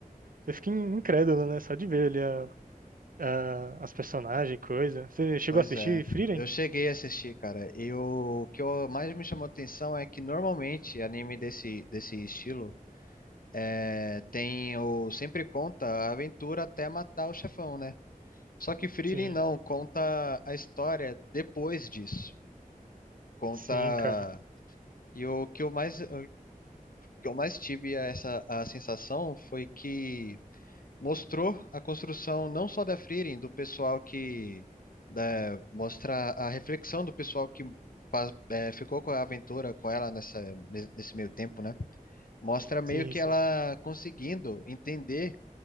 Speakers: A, on the right; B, on the left.
A: você fica incrédulo, né? Só de ver ali a, a- as personagens, coisa. Você chegou
B: pois
A: a assistir
B: é.
A: Frieren?
B: Eu cheguei a assistir, cara. E o que eu- mais me chamou atenção é que normalmente anime desse, desse estilo é, tem o sempre conta a aventura até matar o chefão, né? Só que Frieren
A: Sim,
B: não, conta a história depois disso. Conta.
A: sim, cara.
B: E o que eu mais, o que eu mais tive essa a sensação foi que mostrou a construção não só da Frieren, do pessoal que né, mostra a reflexão do pessoal que pa- eh, ficou com a aventura com ela nessa, nesse meio tempo, né? Mostra meio
A: Sim,
B: que
A: sim.
B: ela conseguindo entender